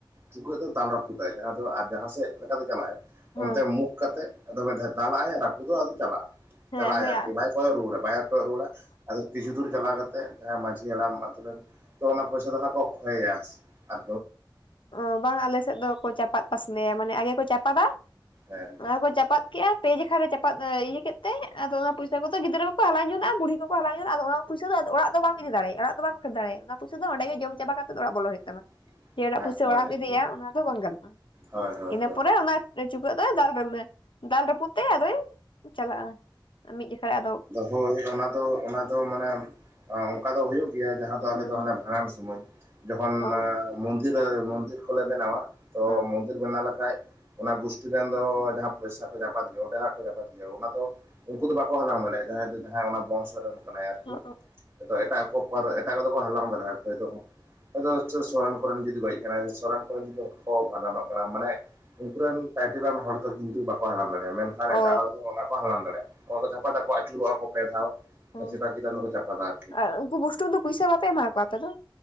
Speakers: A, on the right; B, on the left.
A: ᱪᱩᱠᱟᱹᱜ ᱫᱚ ᱫᱟᱞ ᱨᱟᱯᱩᱫ ᱡᱟᱦᱟᱸ ᱫᱚ ᱟᱨ ᱡᱟᱦᱟᱸ ᱥᱮᱫ ᱞᱮᱠᱟᱛᱮ ᱪᱟᱞᱟᱜ ᱟᱭ ᱚᱱᱛᱮ
B: ᱦᱚᱸ
A: ᱢᱩᱠᱷ ᱠᱟᱛᱮᱜ ᱟᱫᱚ ᱫᱟᱞᱟᱜᱼᱟᱭ ᱨᱟᱹᱯᱩᱫᱚᱜᱼᱟ ᱟᱫᱚ ᱪᱟᱞᱟᱜᱼᱟ
B: ᱦᱮᱸ
A: ᱪᱟᱞᱟᱜᱟᱭ
B: ᱦᱳᱭ
A: ᱟᱨᱠᱤ
B: ᱦᱮᱸ
A: ᱵᱟᱭ ᱠᱚᱭᱚᱜ ᱨᱩᱣᱟᱹᱲᱟ ᱵᱟᱭ ᱠᱚᱭᱚᱜ ᱨᱩᱣᱟᱹᱲᱟ ᱟᱫᱚ ᱠᱤᱪᱷᱩ ᱫᱩᱨ ᱪᱟᱞᱟᱣ ᱠᱟᱛᱮᱫ ᱡᱟᱦᱟᱸᱭ ᱢᱟᱺᱡᱷᱤ ᱦᱟᱲᱟᱢ ᱟᱛᱳ ᱨᱮᱱ ᱛᱚ ᱚᱱᱟ ᱯᱚᱭᱥᱟ ᱫᱚ ᱦᱟᱸᱜ ᱠᱚ ᱠᱷᱚᱭᱮᱭᱟ ᱟᱨ
B: ᱚ ᱵᱟᱝ ᱟᱞᱮ ᱥᱮᱫ ᱫᱚᱠᱚ ᱪᱟᱯᱟᱫ ᱯᱟᱥᱱᱟᱭᱟ ᱢᱟᱱᱮ ᱟᱜᱮ ᱠᱚ ᱪᱟᱯᱟᱫᱟ
A: ᱦᱮᱸ
B: ᱚᱱᱟ ᱪᱟᱯᱟᱫ ᱠᱮᱫᱼᱟ ᱯᱮ ᱡᱟᱠᱷᱟ ᱨᱮ ᱪᱟᱯᱟᱫ ᱤᱭᱟᱹ ᱠᱮᱫᱽᱛᱮᱭ ᱟᱫᱚ ᱚᱱᱟ ᱯᱚᱭᱥᱟ ᱠᱚᱫᱚ ᱜᱤᱫᱽᱨᱟᱹ ᱠᱚᱠᱚ ᱦᱟᱞᱟᱝ ᱡᱚᱱᱟᱜᱼᱟ ᱵᱩᱲᱦᱤ ᱠᱚᱠᱚ ᱦᱟᱞᱟᱝ ᱡᱚᱱᱟᱜᱼᱟ ᱟᱫᱚ ᱚᱱᱟ ᱫᱚ ᱚᱲᱟᱜ ᱵᱟᱢ ᱤᱫᱤ ᱫᱟᱲᱮᱭᱟᱜᱼᱟ ᱚᱲᱟᱜ ᱵᱟᱢ ᱠᱷᱟᱹᱲ ᱫᱟᱲᱮᱜᱼᱟ ᱚᱱᱟ ᱯᱚᱭᱟᱹ ᱫᱚ ᱚᱸᱰᱮ ᱜᱮ ᱡᱚᱢ ᱪᱟᱵᱟ ᱠᱟᱛᱮ ᱚᱲᱜ ᱵᱚᱞ ᱦᱩᱭᱩᱜ ᱛᱟᱢᱟ
A: <inaudible>
B: ᱨᱮᱱᱟᱜ ᱯᱩᱭᱥᱟᱹ
A: ᱦᱳᱭ
B: ᱚᱲᱟᱜ ᱮᱢ ᱤᱫᱤᱭᱟ ᱚᱱᱟ ᱫᱚ ᱵᱟᱝ ᱜᱟᱱᱚᱜᱼᱟ
A: ᱦᱳᱭ ᱦᱳᱭ
B: ᱤᱱᱟᱹ
A: ᱦᱳᱭ
B: ᱯᱚᱨᱮ ᱚᱱᱟ ᱪᱩᱠᱟᱹᱜ ᱫᱚ ᱫᱟᱞ ᱫᱟᱞ ᱨᱟᱹᱯᱩᱫ ᱛᱮ ᱟᱫᱚᱭ ᱪᱟᱞᱟᱜᱼᱟ ᱢᱤᱫ ᱡᱚᱠᱷᱚᱱ
A: ᱟᱫᱚ ᱦᱳᱭ ᱚᱱᱟ ᱫᱚ ᱚᱱᱟ ᱫᱚ ᱢᱟᱱᱮ ᱚᱱᱠᱟ ᱫᱚ ᱦᱳᱭᱳᱜ ᱜᱮᱭᱟ ᱡᱟᱦᱟᱸ ᱫᱚ ᱟᱞᱮ
B: ᱦᱮᱸ
A: ᱫᱚ ᱦᱟᱱᱮ ᱵᱷᱟᱸᱰᱟᱱ ᱥᱚᱢᱟᱹᱭ ᱡᱚᱠᱷᱚᱱ
B: ᱚ
A: ᱢᱚᱱᱫᱤᱨ ᱢᱚᱱᱫᱤᱨ ᱠᱚᱞᱮ ᱵᱮᱱᱟᱣᱟ ᱛᱚ
B: ᱦᱮᱸ
A: ᱢᱚᱱᱫᱤᱨ ᱵᱮᱱᱟᱣ ᱞᱮᱠᱷᱟᱡ ᱚᱱᱟ ᱜᱩᱥᱴᱤ ᱨᱮᱱ ᱫᱚ ᱡᱟᱦᱟᱸ ᱯᱚᱭᱥᱟ ᱠᱚ ᱪᱟᱯᱟᱫ ᱜᱮᱭᱟ ᱚᱸᱰᱮ ᱦᱸᱟᱜ ᱠᱚ ᱡᱟᱯᱟᱫ ᱜᱮᱭᱟ ᱚᱱᱟ ᱫᱚ ᱩᱱᱠᱩ ᱫᱚ ᱵᱟᱠᱚ ᱦᱟᱞᱟᱝ ᱫᱟᱲᱮᱭᱟᱜᱼᱟ ᱡᱟᱦᱟᱸᱭ ᱫᱚ ᱡᱟᱦᱟᱸᱭ ᱚᱱᱟ ᱵᱚᱝᱥᱚ ᱨᱮᱱ ᱠᱟᱱᱟᱭ ᱟᱨᱠᱤ
B: ᱚ
A: ᱮᱴᱟᱜ ᱠᱚ ᱮᱴᱟᱜ ᱠᱚᱫᱚ ᱠᱚ ᱦᱟᱞᱟᱝ ᱫᱟᱲᱮᱭᱟᱜᱼᱟ ᱥᱚᱨᱮᱱ ᱠᱚᱨᱮᱱ ᱡᱩᱫᱤ ᱵᱟᱹᱲᱤᱡ ᱥᱚᱨᱮᱱ ᱠᱚᱨᱮᱱ ᱡᱩᱫᱤ ᱚᱠᱟ ᱠᱚ ᱵᱷᱟᱸᱰᱟᱱᱚᱜ ᱠᱟᱱᱟ ᱢᱟᱱᱮ ᱩᱱᱠᱩ ᱨᱮᱱ ᱴᱟᱭᱴᱮᱞ ᱟᱱ ᱦᱚᱲ ᱫᱚ ᱠᱤᱱᱛᱩ ᱵᱟᱠᱚ ᱦᱟᱞᱟᱝ ᱫᱟᱲᱮᱭᱟᱜᱼᱟ ᱢᱮᱱᱠᱷᱟᱱ ᱮᱴᱟᱜ
B: ᱚ ᱚ
A: ᱦᱚᱲ ᱫᱚ ᱚᱱᱟ ᱠᱚ ᱦᱟᱞᱟᱝ ᱫᱟᱲᱮᱭᱟᱜᱼᱟ ᱟᱫᱚ ᱪᱟᱯᱟᱜ ᱟᱠᱚ ᱟᱹᱪᱩᱨᱚᱜᱼᱟ ᱠᱚ ᱯᱮ ᱫᱷᱟᱣ᱾
B: ᱚ
A: ᱪᱮᱛᱟᱱ ᱪᱮᱛᱟᱱ ᱫᱚᱠᱚ ᱪᱯᱟᱫᱟ ᱟᱨᱠᱤ <inaudible>
B: ᱟᱨ ᱩᱱᱠᱩ ᱵᱩᱥᱴᱩᱢ ᱫᱚ ᱯᱩᱭᱥᱟ ᱵᱟᱯᱮ ᱮᱢᱟ ᱠᱚᱣᱟ ᱟᱯᱮ ᱫᱚ